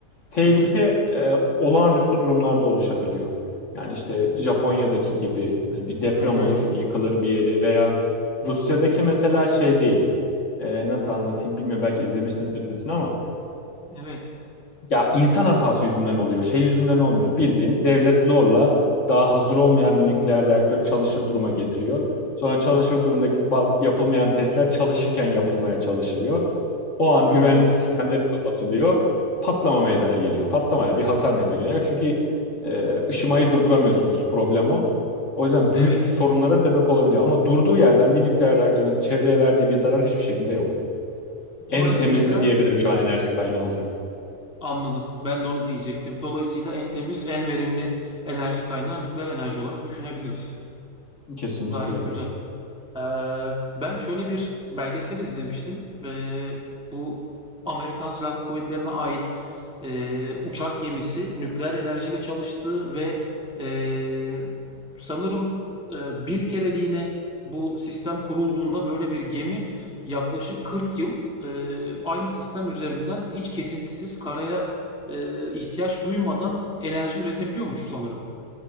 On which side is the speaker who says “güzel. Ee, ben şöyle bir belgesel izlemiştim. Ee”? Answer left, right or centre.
Centre